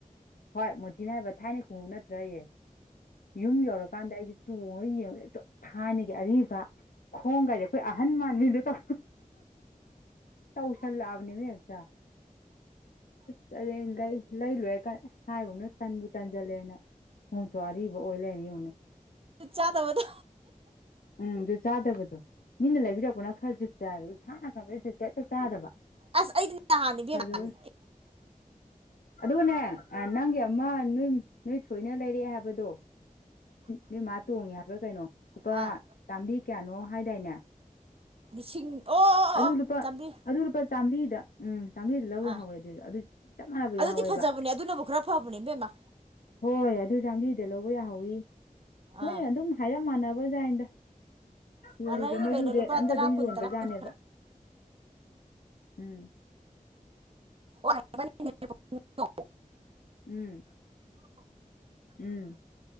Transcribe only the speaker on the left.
ꯍꯣꯏ ꯃꯣꯊꯤꯅ ꯍꯥꯏꯕ ꯊꯥꯏꯅ ꯈꯣꯡꯎꯎ ꯅꯠꯇ꯭ꯔꯌꯦ ꯌꯨꯝ ꯌꯧꯔꯀꯥꯟꯗ ꯑꯩꯁꯦ ꯇꯣꯡꯉꯒ ꯌꯦꯡꯗꯦ ꯑꯗꯨꯨꯝ ꯊꯥꯅꯤꯒꯤ ꯑꯔꯤꯕ ꯈꯣꯡ ꯀꯥꯏꯁꯦ ꯑꯩꯈꯣꯏ ꯑꯍꯟ ꯃꯥꯟꯃꯤꯗ ꯇꯧ ꯇꯥꯎꯁꯟ ꯂꯥꯕꯅꯤ ꯑꯗꯨ ꯂ ꯂ ꯂ ꯁꯒꯨꯝꯅ ꯁꯟꯕꯨ ꯇꯥꯟꯟꯖꯜꯂꯦꯅ ꯈꯣꯡꯇꯣ ꯑꯔꯤꯕ ꯑꯣꯏꯂꯦ ꯃꯤꯨꯝꯅꯦ
ꯎꯝ ꯖꯨꯠ ꯆꯥꯗꯕꯗꯣ ꯃꯤꯅ ꯂꯩꯕꯤꯔꯛꯄꯅ ꯈꯔ ꯖꯨꯠ ꯆꯥꯕ ꯏꯁꯥꯅ ꯈꯪꯕ ꯨꯠ ꯆꯦꯀ ꯆꯥꯗꯕ
ꯐꯖꯧꯋꯦ ꯑꯗꯨꯒꯅꯦ ꯅꯪꯒꯤ ꯑꯃ ꯅꯣꯏ ꯊꯣꯏꯅ ꯂꯩꯔꯑꯦ ꯍꯥꯏꯕꯗꯣ ꯅꯣꯏ ꯃꯥ ꯇꯣꯡꯉꯦ ꯍꯥꯏꯕ꯭ꯔꯥ ꯀꯩꯅꯣ ꯂꯨꯄꯥ
ꯆꯥꯝꯔꯤ ꯀꯌꯥꯅꯣ ꯍꯥꯏꯗꯥꯏꯅꯦ
ꯑꯗꯨ
ꯂꯨꯄꯥ
ꯑꯗꯨ ꯂꯨꯄꯥ ꯆꯥꯃꯔꯤꯗ ꯎꯝ ꯆꯥꯝꯔꯤꯗꯨ ꯂꯧ
ꯌꯥꯍꯧꯋꯦ ꯑꯗꯨꯏꯗꯣ ꯑꯗꯨ ꯆꯞ ꯃꯥꯟꯅꯕ
ꯌꯥꯍꯧꯋꯦꯕ
ꯍꯣꯏ ꯑꯗꯨ ꯆꯥꯝꯔꯤꯗ ꯂꯧꯕ ꯌꯥꯍꯧꯋꯤ ꯃꯣꯏ
ꯑꯗꯨꯝ ꯍꯥꯏꯔꯞ ꯃꯥꯟꯅꯕꯖꯥꯥꯏꯟꯗ ꯌꯣꯜꯂꯤꯁꯦ
ꯃꯣꯏꯁꯨ
ꯔꯦꯠ
ꯑꯝꯇ
ꯑꯗꯨꯝ
ꯌꯣꯟꯕꯖꯅꯦꯕ
ꯎꯝ
ꯎꯝ ꯎꯝ